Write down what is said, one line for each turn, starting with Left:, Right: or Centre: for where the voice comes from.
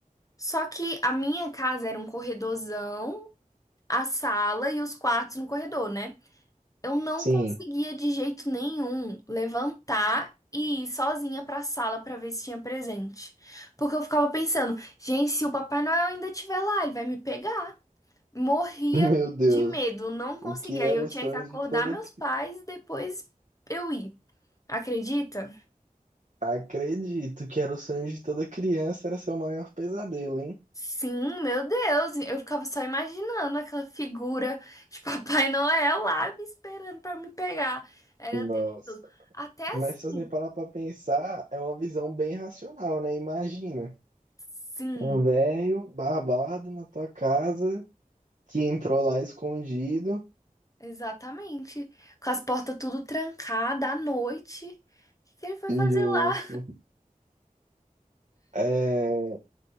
Left: Só que a minha casa era um corredorzão, a sala e os quartos no corredor, né? Eu não
Right: Sim.
Left: conseguia de jeito nenhum levantar e ir sozinha pra sala pra ver se tinha presente. Porque eu ficava pensando, gente, se o Papai Noel ainda estiver lá, ele vai me pegar. Morria
Right: <laughs> Meu Deus,
Left: de medo, não conseguia.
Right: o que era
Left: Aí eu
Right: o
Left: tinha
Right: sonho
Left: que acordar
Right: de toda...
Left: meus
Right: cri-
Left: pais e depois eu ir. Acredita?
Right: Acredito que era o sonho de toda criança, era seu maior pesadelo, hein?
Left: Sim, meu Deus, eu ficava só imaginando aquela figura de <laughs> Papai Noel lá me esperando pra me pegar. Era
Right: Nossa.
Left: tenebroso. Até
Right: Mas
Left: assim,
Right: se você parar pra pensar, é uma visão bem racional, né? Imagina,
Left: sim,
Right: um velho barbado na tua casa que entrou lá escondido.
Left: exatamente. Com as portas tudo trancadas à noite. O que que ele foi
Right: Justo.
Left: fazer lá?
Right: É,